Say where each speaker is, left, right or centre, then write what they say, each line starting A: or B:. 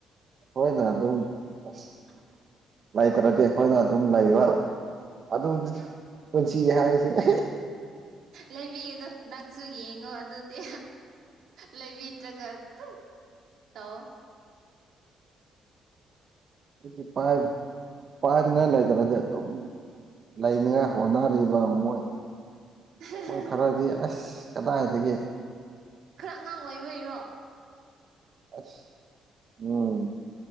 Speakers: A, on the right (about 50°); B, on the right (about 70°).
A: ꯍꯣꯏꯅ ꯑꯗꯨꯝ ꯑꯁ ꯂꯩꯈ꯭ꯔꯗꯤ ꯑꯩꯈꯣꯏꯅ ꯑꯗꯨꯝ ꯂꯩꯕ ꯑꯗꯨꯝ ꯄꯨꯟꯁꯤ ꯍꯥꯏꯁꯤꯅꯦ
B: ꯂꯩꯕꯤꯒꯅꯣ ꯅꯪꯁꯨ ꯌꯦꯡꯉꯣ ꯑꯗꯨꯗꯤ ꯂꯩꯕꯤꯇ꯭ꯔꯒ ꯇꯣꯛ ꯇꯧꯑꯣ
A: ꯇꯣꯇꯤ ꯄꯥꯏꯞ ꯄꯥꯏꯗꯅꯥ ꯂꯩꯗꯕꯗꯤ ꯑꯗꯨꯝ ꯂꯩꯅꯉꯥꯏ ꯍꯣꯠꯅꯔꯤꯕ ꯃꯣꯏ
B: <unintelligible>
A: ꯃꯣꯏ ꯈꯔꯗꯤ ꯑꯁ ꯀꯗꯥꯏꯗꯒꯤ
B: ꯈꯔ ꯑꯉꯥꯡ ꯑꯣꯏꯏꯕꯩꯔꯣ
A: ꯑꯁ ꯎꯝ